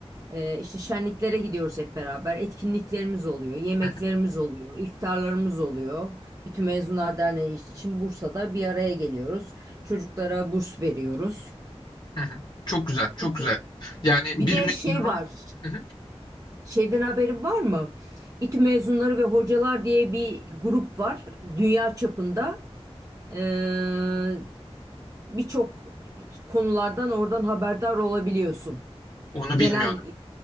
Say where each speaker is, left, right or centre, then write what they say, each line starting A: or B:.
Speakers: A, on the right (about 30°); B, on the left (about 45°).
A: Eee işte şenliklere gidiyoruz hep beraber. Etkinliklerimiz oluyor, yemeklerimiz
B: hı hı,
A: oluyor, iftarlarımız oluyor. İTÜ Mezunlar Derneği için Bursa'da bir araya geliyoruz. Çocuklara burs veriyoruz.
B: hı hı. Çok güzel, çok
A: İTÜ-
B: güzel. Yani
A: Bir
B: bir
A: de
B: mezunun
A: şey var.
B: Hı hı.
A: Şeyden haberin var mı? İTÜ mezunları ve hocalar diye bir grup var dünya çapında. Ee, birçok konulardan oradan haberdar olabiliyorsun.
B: onu
A: Genel
B: bilmiyordum.